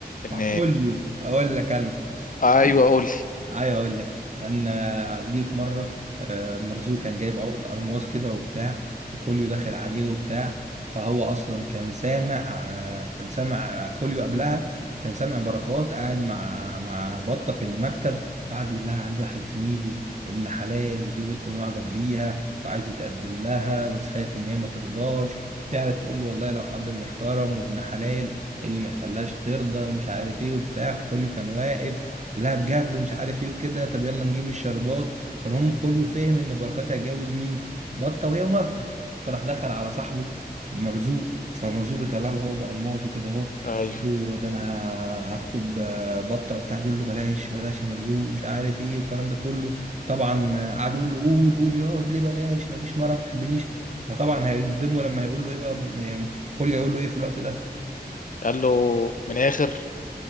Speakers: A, on the left; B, on the right.
A: ان
B: بتاع خوليو اقول لك انا
A: ايوه
B: سمعت
A: قول لي
B: عايز اقول لك كان آه، جه في مره آه، مرزوق كان جايب عقد الماس كده وبتاع وخوليو داخل عليه وبتاع فهو اصلا كان سامع آه، كان سامع خوليو قبلها كان سامع بركات قاعد مع مع بطه في المكتب وقعد يقول لها عنده واحد زميلي ابن حلال وفي بنت معجب بيها وعايز يتقدم لها بس خايف ان هي ما ترضاش فقعدت تقول له والله لو حد محترم وابن حلال إيه اللي ما يخليهاش ترضى ومش عارف ايه وبتاع فخوليو كان واقف لا بجد ومش عارف ايه وكده طب يلا نجيب الشربات فالمهم خوليو فهم ان بركات هتجوز مين بطه وهي موافقه فراح دخل على صاحبه مرزوق فمرزوق بيطلع له هو ده الماظه كده اهو
A: ايوه
B: هو ده انا هخطب آه، بطه وبتاع يقول له بلاش بلاش يا مرزوق مش عارف ايه والكلام ده كله طبعا آه، قعد يقول له قول قول يقعد ليه بلاش انا فيش مره ما بتحبنيش فطبعا هيصدمه لما هيقول له ايه بقى يعني خوليو هيقول له ايه في الوقت ده
A: قال له من اخر